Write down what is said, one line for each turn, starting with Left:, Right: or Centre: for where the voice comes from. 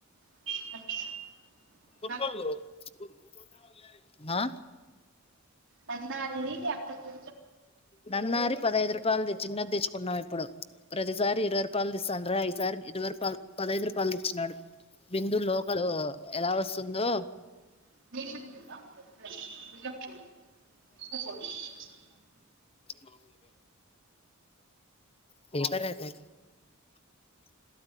Right: <unintelligible>
Left: కొత్తోల్లు ఎవరు ఆ
Right: నన్నారి అక్కకి
Left: నన్నారి పదహైదు రూపాయలది చిన్నది తెచ్చుకున్నా ఇప్ ఇప్పుడు ప్రతిసారి ఇరవై రూపాయలు ఇస్తాండ్ర ఈసారి ఇరవై రూపాయల్ పదైదు రూపాయలు ఇచ్చినాడు. బిందు లోకలు ఎలా వస్ స్తుందొ
Right: <unintelligible>
Left: మామూలుగా పేపర్ అయితే